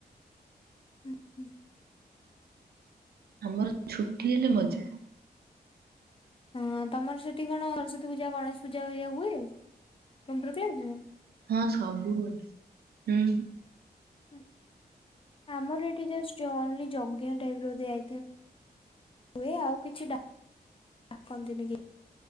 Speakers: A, on the left; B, on the right.
A: ହୁଁ ହୁଁ
B: ଆମର ଛୁଟି ହେଲେ ମଜା।
A: ହଁ, ତମର ସେଠି କଣ ସରସ୍ଵତୀ ପୂଜା, ଗଣେଶ ପୂଜା ଇଆ ହୁଏ? କମ୍ପ୍ୟୁଟର କ୍ଲାସ୍ ରେ
B: ହଁ ସବୁବେଳେ ହୁଁ
A: ହଁ ଆମର ଏଠି ଜଷ୍ଟ ଓର୍ଲି ଯଜ୍ଞ ଟାଇପ ର ଦିଆ ହୁଏ। ଆଉ କିଛି ଡାକନ୍ତିନି କି।